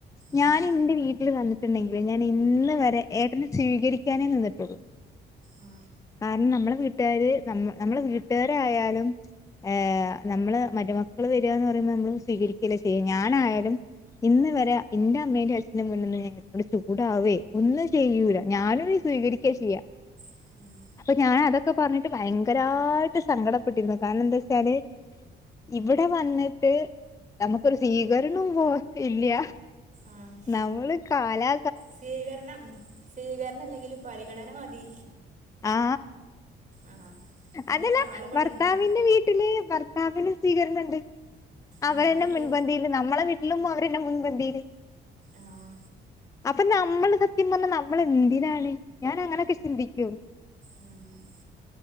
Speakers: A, on the left; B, on the right.
A: ഞാന്
B: ഉം.
A: ന്റെ വീട്ടില് വന്നിട്ടുണ്ടെങ്കില് ഞാൻ ഇന്ന് വരെ ഏട്ടനെ സ്വീകരിക്കാനേ നിന്നിട്ടുള്ളൂ
B: ആ
A: കാരണം നമ്മളെ വീട്ടുകാര് നമ്മ നമ്മളെ വീട്ടുകാരായാലും ഏ നമ്മള് മരുമക്കള് വരാ ന്ന് പറയുമ്പോ നമ്മള് സ്വീകരിക്കല്ലേ ചെയ്യ ഞാനായാലും ഇന്ന് വരെ ഇന്റെ അമ്മേന്റെ അച്ഛന്റെ മുന്നിന്ന് ഞ്ഞാൻ അങ്ങ്ട് ചൂടാവേ ഒന്നും ചെയ്യൂല ഞാനും സ്വീകരിക്കാ ചെയ്യാ
B: ഉം.
A: അപ്പോ ഞാൻ അതൊക്കെ പറഞ്ഞിട്ട് ഭയങ്കരായിട്ട് സങ്കടപ്പെട്ടിരുന്നു കാരണം എന്താ വെച്ചാല് ഇവിടെ വന്നിട്ട് നമുക്കൊരു സ്വീകരണവും പോലും ഇല്ല്യ
B: ആ ആ
A: നമ്മള് കാലാ
B: സ്വീകരണം സ്വീകരണല്ലെങ്കിലും പരിഗണന മതി
A: ആ
B: ആഹ് ഇങ്ങനെ
A: അതല്ല
B: ഒരാള് ഇവിടെണ്ട്
A: ഭർത്താവിന്റെ വീട്ടില് ഭ ഭർത്താവ് സ്വീകരണണ്ട് അവരന്നെ
B: ആഹ് അത്ണ്ട്
A: മുൻപന്തിയില് നമ്മളെ വീട്ടിലും അവരന്നെ മുൻപന്തിയില്
B: ആഹ്
A: അപ്പൊ നമ്മള് സത്യം പറഞ്ഞാ നമ്മള് എന്തിനാണ് ഞാൻ അങ്ങനെയൊക്കെ ചിന്തിക്കും
B: ഉം